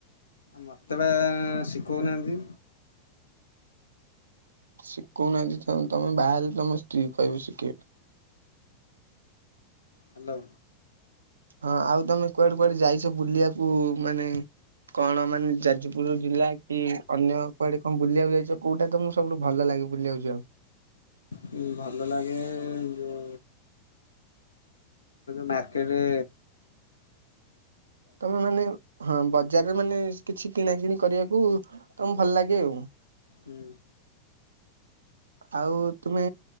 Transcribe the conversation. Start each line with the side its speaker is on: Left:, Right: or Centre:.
Left: ମତେ ବା ଶିଖଉନାହାନ୍ତି।
Right: ଶିଖଉନାହାନ୍ତି ତ ତମେ ବାହା ହେଲେ ତମ ସ୍ତ୍ରୀ କ ଶିଖେଇବେ - <inaudible>
Left: ହ୍ୟାଲୋ
Right: ହଁ ଆଉ ତମେ କୁଆଡେ କୁଆଡେ ଯାଇଛ ବୁଲିବାକୁ ମାନେ କଣ ମାନେ ଯାଜପୁର ଜିଲ୍ଲା କି ଅନ୍ୟ କୁଆଡେ କଣ ବୁଲିବାକୁ ଯାଇଛ କୋଉଟା ତଁ ସବୁଠୁ ଭଲ ଲାଗେ? ବୁଲିବାକୁ ଯାଉ।
Left: ହଁ ଭଲ ଲାଗେ ଯଉ <inaudible> କେରେ
Right: ତମେ ମାନେ ହଁ ଵ ବଜାର ମାନେ କିଛି କିଣା କିିଣି କରିବାକୁ ତମ ଭଲ ଲାଗେ ଆଉ
Left: ହୁଁ।
Right: <inaudible> ଆଉ ତୁମେ